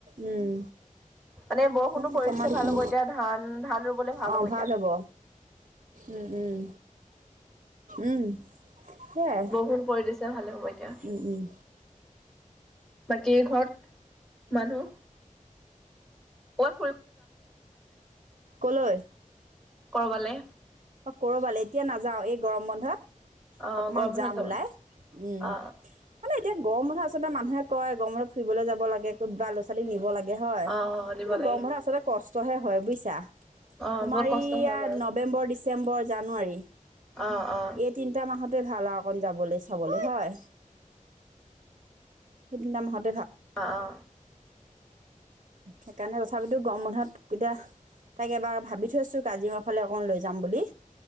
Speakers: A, on the right; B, in the centre.
A: উম
B: মানে বৰষুণো
A: বৰষুণটো
B: পৰি
A: কমা
B: দিছে
A: দেখি
B: ভাল হব এতিয়া ধান ধান ৰুবলে ভাল
A: অঁ
B: হব
A: ভাল
B: এতিয়া
A: হ'ব উম উম উম সেয়াই
B: বহুত পৰিৱেশ ভালে হ'ব এতিয়া
A: উম উম
B: বাকী ঘৰত মানুহ অ
A: কলৈ
B: কৰবালে
A: অ কৰবালে এতিয়া নাযাও এই গৰম বন্ধত
B: অ
A: অকমান
B: গৰম বন্ধত
A: যাম
B: যাব
A: ওলাই উম
B: অ
A: মানে এতিয়া গৰমঠতে আচলতে মানুহ কয় গৰমঠত ফুৰিলৈ যাব লে ক'বা ল'ৰা ছোৱালী নিবাগে হয়
B: অ অ নিব
A: কিন্ত
B: লাগে
A: গম পৰা আচলতে কষ্ট হে হয় বুজিছা
B: অ
A: তোমাৰ
B: বহুত কষ্ট
A: ইয়া
B: হয় বাৰু
A: নৱেম্বৰ দি ডিচেম্বৰ জানুৱাৰী
B: অ অ
A: এই তিনটা মাহত ততে ভাল আৰু অকণ যাবলৈ চাবলৈ হয় সেইদি মাহত
B: অ অ
A: সেইকাৰণে তথাপিতো গম বন্ধত এতিয়া তাকক এবাৰ ভাবি থৈছো কাজিৰঙাৰ ফালে অকন লৈ যাম বুলি